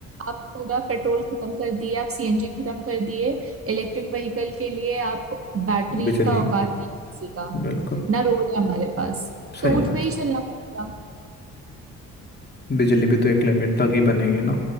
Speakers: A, on the right (about 40°); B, on the left (about 30°).
A: आप पूरा पेट्रोल खत्म कर दिए आप सीएनजी खत्म कर दिए इलेक्ट्रिक व्हीकल के लिए आप बैटरी
B: बिजली
A: का औकात नहीं है किसी का
B: बिल्कुल
A: ना रोड है हमारे पास
B: सही
A: तो ऊँट
B: बात
A: पे ही चलना पड़ेगा
B: है बिजली भी तो एक लिमिट तक ही बनेगी ना